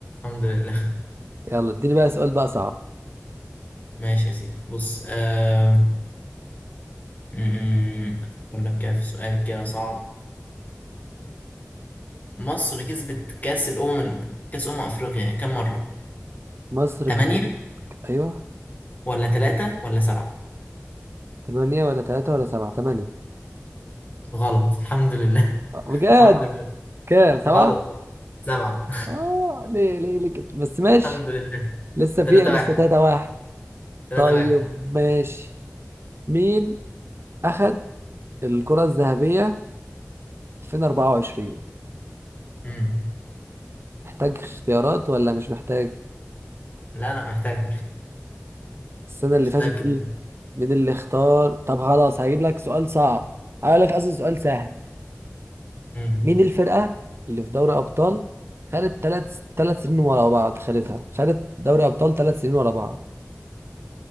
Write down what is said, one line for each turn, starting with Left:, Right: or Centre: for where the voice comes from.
Left: الحمد لله.
Right: يلا اديني بقى سؤال بقى صعب
Left: ماشي يا سيدي بص آه... م- م- أفكر لك كده في سؤال كده صعب مصر كسبت كأس الأمم كأس أمم أفريقيا كم مرة؟
Right: مصر
Left: تمانية
Right: كسبت ايوه
Left: ولا تلاتة ولا سبعة؟
Right: 8 ولا 3 ولا 7 8
Left: غلط الحمد لله
Right: بجد
Left: <laughs> الحمد لله
Right: كام 7
Left: غلط سبعة
Right: اه ليه ليه ليه كده بس
Left: <laughs>
Right: ماشي
Left: الحمد لله
Right: لسه
Left: تلاتة
Right: فيها لسه
Left: واحد
Right: 3 1
Left: تلاتة
Right: طيب
Left: واحد
Right: ماشي مين أخد الكرة الذهبية 2024
Left: مم.
Right: محتاج اختيارات ولا مش محتاج
Left: لا لا محتاج
Right: السنة اللي
Left: مش
Right: فاتت
Left: متأكد
Right: دي مين اللي اختار طب خلاص هجيب لك سؤال صعب هقول لك قصدي سؤال سهل
Left: مم.
Right: مين الفرقة اللي في دوري أبطال خدت ثلاث ثلاث سنين ورا بعض خدتها خدت دوري أبطال ثلاث سنين ورا بعض